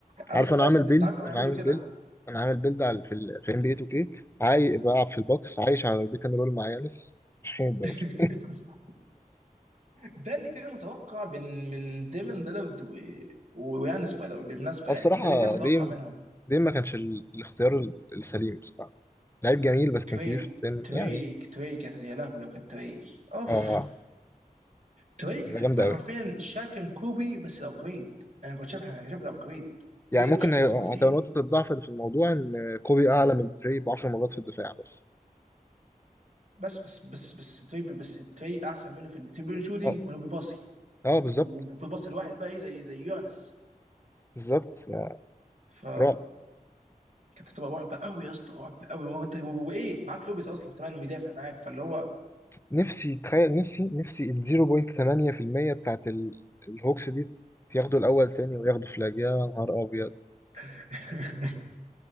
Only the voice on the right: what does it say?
انستابل
انت عارف انهم
هيعملوا
كده
<laughs> ده اللي كان متوقع من من ديمن ليلارد و- ويانس باي ذا واي، بالمناسبه
يعني
ده اللي كان متوقع
منهم
تري
تري
تري كانت يا لهوي لو كان تري اوف
تري
كان هيكون
حرفيا شاكن كوبي بس الابجريد انا كنت شايف انا شايف الابجريد
جريد
عن شاكن
كوبي كتير
بس بس بس بس تري بس تري احسن منه في الثري بوينت شوتنج
وانه بيباصي
بالباص الواحد بقى ايه زي زي يانس
ف
كانت هتبقى رعب قوي يا اسطى رعب قوي وانت وايه معاك لوبيز اصلا كمان مدافع معاك فاللي هو
<laughs>